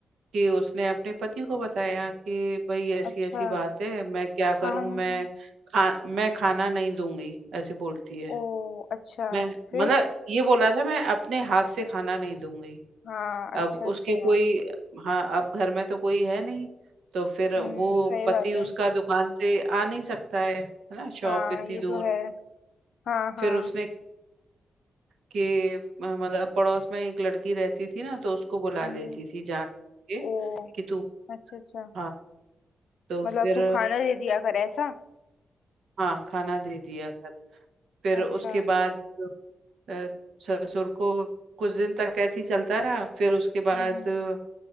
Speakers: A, on the right; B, on the left.
A: कि उसने अपने पति को बताया कि भाई ऐसी
B: अच्छा
A: ऐसी बात है मैं क्या करूं
B: हाँ हाँ
A: मैं
B: हाँ
A: खा मैं खाना नहीं दूंगी ऐसे बोलती है
B: ओ अच्छा
A: मैं
B: फिर
A: मतलब ये बोला था मैं अपने हाथ से खाना नहीं दूंगी
B: हाँ
A: अब
B: अच्छा अच्छा
A: उसके कोई हाँ अब घर में तो कोई है नहीं तो फिर
B: हम्म
A: वो
B: सही
A: पति
B: बात
A: उसका
B: है
A: दुकान से आ नहीं सकता है है ना शॉप
B: हाँ
A: इतनी
B: ये
A: दूर
B: तो है हाँ हाँ
A: फिर उसने के मतलब पड़ोस में एक लड़की रहती थी ना तो उसको बुला
B: हम्म
A: लेती
B: हम्म,
A: थी जान के
B: ओ
A: कि तू
B: अच्छा अच्छा
A: हाँ तो
B: मतलब
A: फिर
B: तू खाना दे दिया कर ऐसा
A: हाँ खाना दे दिया कर फिर
B: अच्छा
A: उसके बाद अ, ससुर को कुछ दिन तक ऐसे ही चलता रहा फिर उसके बाद
B: हम्म हम्म,
A: अ,